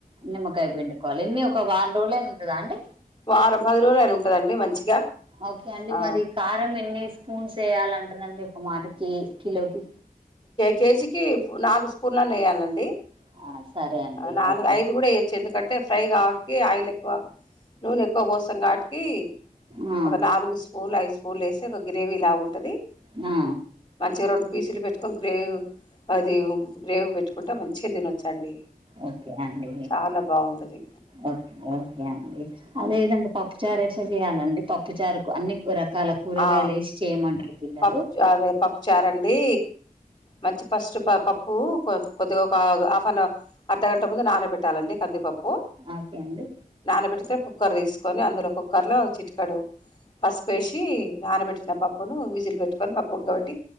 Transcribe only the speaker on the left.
వారం పది రోజులు అయినా ఉంటదండి మంచిగా
ఆ!
కేజీకి నాలుగు స్పూన్లన్న వేయాలండి
నాలుగు
ఐదు కూడా ఇయొచ్చు ఎందుకంటే ఫ్రై కాబట్కి ఆయిల్ ఎక్కువ నూనె ఎక్కువ పోస్ సఘటికి
ఒక నాలుగు స్పూన్ ఐదు స్పూన్లు వేస్తే ఒక గ్రేవీ లాగా ఉంటది
మంచిగా రెండు పీసులు పెట్టుకొని గ్రేవీ అది గ్రేవీ పెట్టుకుంటే మంచిగా తినొచ్చండి
చాలా బాగుంటుంది
ఆ
పప్పు అదే పప్పు చారండి మంచి ఫస్ట్ పప్పు కొద్దిగా ఒక హాఫ్ అన్ అవర్ అర్ధగంట ముందు నానబెట్టాలండి కందిపప్పు
నానబెడితే కుక్కర్ తీసుకొని అందులో కుక్కర్లో చిటికడు పసుపేసి నానబెట్టిన పప్పును విజిలు పెట్టుకొని పప్పు ఉడుకబట్టి